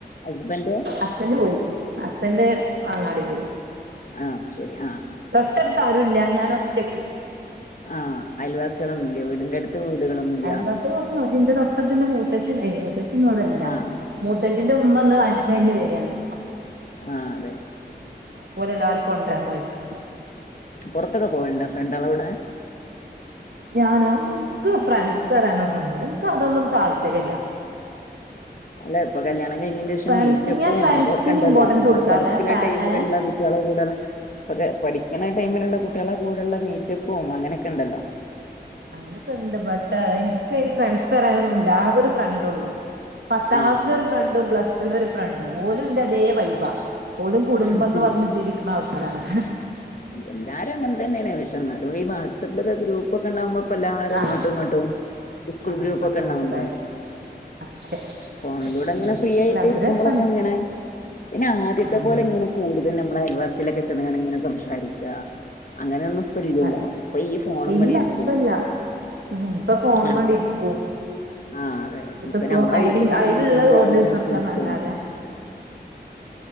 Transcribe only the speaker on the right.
അസ്ബറ്റ്പോയി അസ്ബന്റ് അങ്ങാടി പോയി
തൊട്ടടുത്ത് ആരുല്ല ഞാൻ ഒറ്റക്ക്
അയൽവാസികൾ കുറച്ച്ക്ഷെ ഇന്റെ തൊട്ടത്തിന്റെ മൂത്തച്ച മുത ച്ചി ഉണ്ടായിരുന്നു മുത്തച്ചിഇന്ന് ഇവിടെ ഇല്ലമത്തച്ചിന്റെ
ഉമ്മന്ന് ഹജ്ജ് കഴിഞ്ഞ് വ വരാണ്
പോലെല്ലാവരും കൊണ്ടരാൻ പോയക്ക
ഞാനക്ക് ഫ്രാൻസ് തരാനൊന്നുംല്ലേ ഇക്ക്അതൊളളുംതാല്പര്യമ ഇല്ല
ഫ്രണ്ട്സ്
ഞാൻ ഫ്രണ്ട്സിന്
ഇമ്പോർട്ടൻസ്
കൊടുക്കാറില്ല
ഫാ
ഏഹ്
അങ്ങനെയൊക്കെ ഉണ്ട് ബട്ടയ് ഇക്ക്ഫ്രണ്ട്സ് എന്ന് പറയാനൊന്നുമില്ല ആ ഒരു ഫ്രണ്ട് ഉള്ളു പത്താം
ക്ലാസ്സില് ഒരു ഫ്രണ്ടും പ്ലസ ടുവിൽ ഒരുഫ്ര ഫ്രണ്ട് ഓലുംന്റെതേ വൈബ ഓല്കുടുംബം
എന്ന് പറഞ് ജീവിക്കുന്ന ആൾക്ക പറാണ്
ആഹ്
ആഹ്
അങ്ങോട്ടും ഇങ്ങോട്ടുംല്ലേ
അതെ
ഉം
അല്ല അത്
രസാണ്
ഉം
അതെ
ഇല്ല ഇപ്പല്ല ഉം ഇപ്പൊ ഫോണുമ്മേണ്ട്
ഇരിക്കും
എന്നിട്ടിപ്പോ
അയില്
അയിലുള്ളത്
ഓണ്ടി കുത്തിർക്കാന്നല്ലാതെ